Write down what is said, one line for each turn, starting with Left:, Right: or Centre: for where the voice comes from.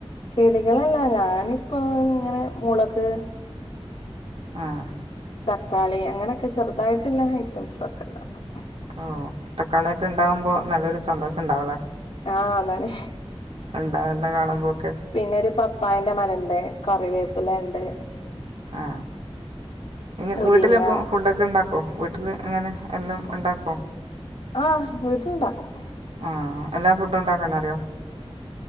Left: ചെടികളല്ല ഞാനിപ്പോൊ ഇങ്ങനെ മുളക്
Right: ആഹ്.
Left: തക്കാളി അങ്ങനെയൊക്കെ ചെറുതായിട്ടുള്ള ഐറ്റംസ് ഒക്കെ ഉണ്ടാക്കും.
Right: ഓ തക്കാളിയൊക്കെ ഉണ്ടാകുമ്പോ നല്ലൊരു സന്തോഷം ഉണ്ടാവുമല്ലേ.
Left: ആഹ് അതാണ്.
Right: ഉണ്ടാകുന്ന കാണുമ്പോൾ ഒക്കെ
Left: പിന്നെ ഒരു പപ്പായന്റെ മരണ്ട് കറിവേപ്പില ഇണ്ട്.
Right: ആ ഇങ്ങനെ
Left: മുരിങ്ങ
Right: വീട്ടിലപ്പം ഫുഡൊക്കെ ഉണ്ടാക്കോ വീട്ടില് ഇങ്ങനെ എല്ലാം ഉണ്ടാക്കോ
Left: ആഹ് വീട്ടിലുണ്ടാക്കും.
Right: ആ എല്ലാ ഫുഡും ഉണ്ടാക്കാനറിയോ.